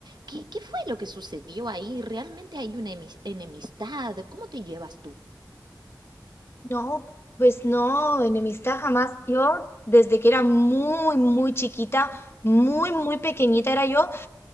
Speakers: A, on the right (about 75°); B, on the left (about 35°).
A: ¿Qué, qué fue lo que sucedió ahí? ¿Realmente hay una emis- enemistad? ¿Cómo te llevas tú?
B: No, pues no, enemistad jamás. Yo, desde que era muy, muy chiquita, muy, muy pequeñita era yo,